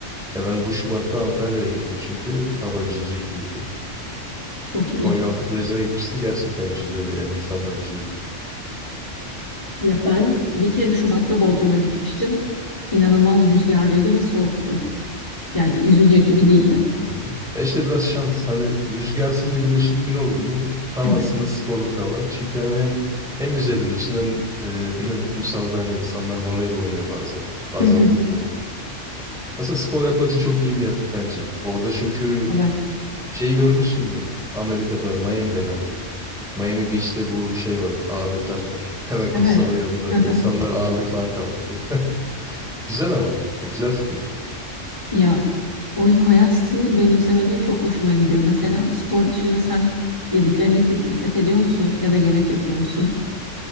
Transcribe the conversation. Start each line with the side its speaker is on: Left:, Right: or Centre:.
Centre: Ya ben bu Şubat'ta Antalya'ya gittim çünkü hava yüzülecek gibiydi.
Left: Çok iyi.
Centre: Konyaaltı plajına gitmiştim. Gerçekten yüzülüyordu yani. insanlar yüzüyordu.
Left: Ya ben bir kere Şubat'ta Bodrum'a gitmiştim. İnanılmaz rüzgarlıydı ve soğuktu. Yani yüzecek gibi değildi.
Centre: Hı hı. E işte biraz şans. Hani rüzgarsız ve güneşli bir gün oldu mu tam
Left: Evet.
Centre: aslında sporluk hava. Çünkü hani hem hem yüzebiliyorsun hem e, biliyorsun kumsalda hani insanlar voleybol oynuyor bazen. Bazen
Left: Hı hı.
Centre: futbol. Aslında spor yapmak için çok iyi bir yer bence. Orada çünkü
Left: Evet.
Centre: şeyi görmüşsündür. Amerika'da, Miami'de galiba. Miami Beach'te bu şey var. Ağırlıklar var. <laughs> Hemen kumsalın
Left: Evet.
Centre: yanında.
Left: Hı hı.
Centre: İnsanlar ağırlık falan kaldırıyor. <laughs> Güzel ama. Ya, Güzel fikir.
Left: Ya o hayat stilini benimsemeleri çok hoşuma gidiyor. Mesela spor dışında sen yediklerine di- dikkat ediyor musun? Ya da yemek yapıyor musun?